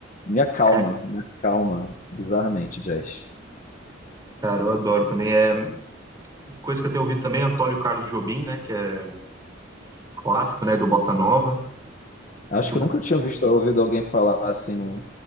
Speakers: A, on the left; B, on the right.
A: Me acalma,
B: É,
A: me acalma, bizarramente, jazz.
B: cara, eu adoro também. É coisa que eu tenho ouvido também, é Antônio Carlos Jobim, né? Que é clássico, né? Do Bossa Nova.
A: Acho
B: Muito
A: que
B: bom.
A: eu nunca tinha visto, ouvido alguém falar assim num